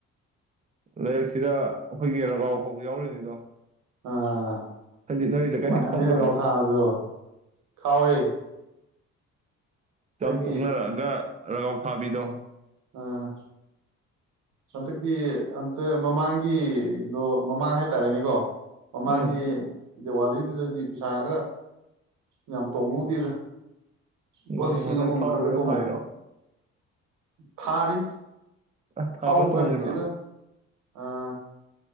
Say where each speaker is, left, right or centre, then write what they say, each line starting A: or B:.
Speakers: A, on the right; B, on the right.
A: ꯂꯩꯔꯛꯁꯤꯗ ꯑꯩꯈꯣꯏꯒꯤ ꯔꯒꯥꯎ ꯈꯥꯎꯕ ꯌꯥꯎꯔꯤꯅꯤꯗꯣ
B: ꯑꯥ
A: ꯍꯥꯏꯗꯤ ꯅꯣꯏ ꯂꯩꯀꯥꯏꯗꯤ
B: ꯅꯨꯡꯁꯤꯕꯒꯤ
A: ꯈꯥꯎꯗ꯭ꯔꯣ
B: ꯂꯩ ꯀꯥꯎ ꯊꯥꯕꯗꯣ ꯈꯥꯎꯋꯦ ꯍꯟꯗꯛꯀꯤ
A: ꯆꯥꯛ ꯇꯣꯛꯅꯔꯛꯑꯒ ꯔꯒꯥꯎ ꯊꯥꯕꯤꯗꯣ
B: ꯑꯥ ꯍꯟꯗꯛꯇꯤ ꯑꯟꯇ ꯃꯃꯥꯡꯒꯤꯗꯣ ꯃꯃꯥꯡ ꯍꯥꯏꯇꯥꯔꯦꯅꯦꯀꯣ ꯃꯃꯥꯡꯒꯤ
A: ꯎꯝ
B: ꯗꯦꯋꯥꯂꯤꯗꯨꯗꯗꯤ ꯄꯩꯁꯥꯒ ꯌꯥꯝ ꯇꯣꯡꯍꯧꯗꯦꯗ ꯂꯨꯄꯥ
A: ꯎꯝ
B: ꯂꯤꯁꯤꯡ ꯑꯃꯃꯨꯛ
A: ꯈꯥꯎꯔꯤꯔꯣ
B: ꯈꯛꯒ ꯇꯣꯡꯍꯧꯋꯤ
A: ꯊꯥꯔꯤꯔꯣ
B: ꯊꯥꯔꯤꯅꯤ
A: ꯑ ꯊꯥꯕ
B: ꯈꯥꯎꯕꯒ
A: ꯇꯣꯡꯉꯕ
B: ꯍꯩꯇꯦꯗ ꯑꯥ